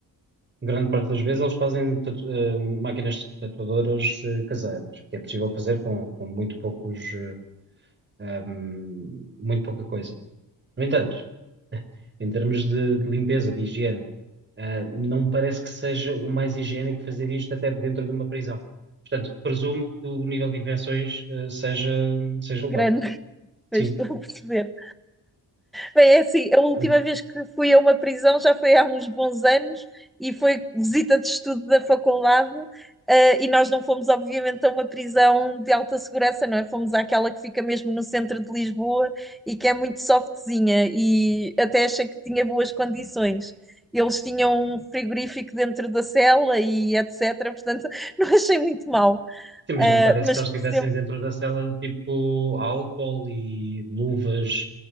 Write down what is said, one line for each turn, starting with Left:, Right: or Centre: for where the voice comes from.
Right: Grande parte das vezes eles fazem tatu- eh, máquinas tatuadoras eh, caseiras, que é possível fazer com, com muito poucos, eh, ehm, muito pouca coisa. No entanto, em termos de, de limpeza, de higiene. Ah, não me parece que seja o mais higiênico fazer isto até dentro de uma prisão. Portanto, presumo que o nível de infecções, ah, seja, seja elevado.
Centre: grande, <laughs> mas
Right: Sim.
Centre: estou a perceber. Bem, é assim, a última
Right: Olha,
Centre: vez que fui a uma prisão já foi há uns bons anos e foi visita de estudo da faculdade. eh, e nós não fomos, obviamente, a uma prisão de alta segurança, não é? Fomos àquela que fica mesmo no centro de Lisboa e que é muito softzinha e até achei que tinha boas condições. Eles tinham um frigorífico dentro da cela e etc. Portanto, <laughs> não achei muito mal.
Right: Sim, mas
Centre: Eh,
Right: não me parece
Centre: mas
Right: que eles
Centre: percebo
Right: estivessem dentro da cela tipo álcool e luvas,